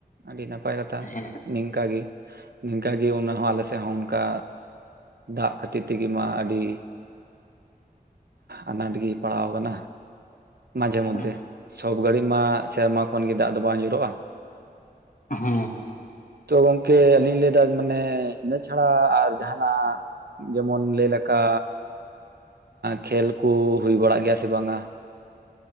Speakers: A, on the right; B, on the left.
A: ᱟᱹᱰᱤ ᱱᱟᱯᱟᱭ ᱠᱟᱛᱷᱟ᱾
B: ᱦᱮᱸ
A: ᱱᱤᱝᱠᱟ ᱜᱮ, ᱱᱤᱝᱠᱟ ᱜᱮ ᱚᱱᱟ ᱟᱞᱮᱥᱮᱫ ᱦᱚᱸ ᱚᱱᱠᱟ ᱫᱟᱜ ᱠᱷᱟᱹᱛᱤᱨ ᱛᱮᱜᱮ ᱢᱟ ᱟᱹᱰᱤ ᱟᱱᱟᱴ ᱜᱮ ᱯᱟᱲᱟᱣ ᱠᱟᱱᱟ ᱢᱟᱡᱷᱮ ᱢᱚᱫᱽᱫᱷᱮ
B: ᱦᱮᱸ
A: ᱥᱚᱵ ᱜᱷᱟᱹᱲᱤᱡ ᱢᱟ ᱥᱮᱨᱢᱟ ᱠᱷᱚᱱ ᱜᱮ ᱫᱟᱜ ᱫᱚ ᱵᱟᱝ ᱧᱳᱨᱳᱜᱼᱟ᱾
B: ᱦᱩᱸ ᱦᱩᱸ
A: ᱛᱚ ᱜᱚᱝᱠᱮ ᱟᱹᱞᱤᱧ ᱞᱟᱹᱭ ᱮᱫᱟ ᱢᱟᱱᱮ ᱤᱱᱟᱹ ᱪᱷᱟᱲᱟ ᱟᱨ ᱡᱟᱦᱟᱸᱱᱟᱜ ᱡᱮᱢᱚᱱ ᱞᱟᱹᱭ ᱞᱮᱠᱟ ᱠᱷᱮᱞ ᱠᱚ ᱦᱩᱭ ᱵᱟᱲᱟᱜ ᱜᱮᱭᱟ ᱥᱮ ᱵᱟᱝᱟ᱾